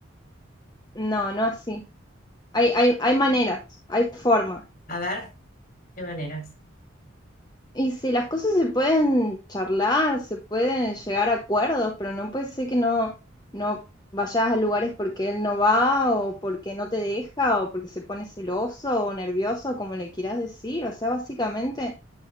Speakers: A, on the left; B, on the left.
A: No, no así. Hay, hay, hay maneras, hay formas.
B: A ver, ¿qué maneras?
A: Y si las cosas se pueden charlar, se pueden llegar a acuerdos, pero no puede ser que no, no vayas a lugares porque él no va o porque no te deja o porque se pone celoso o nervioso, como le quieras decir. O sea, básicamente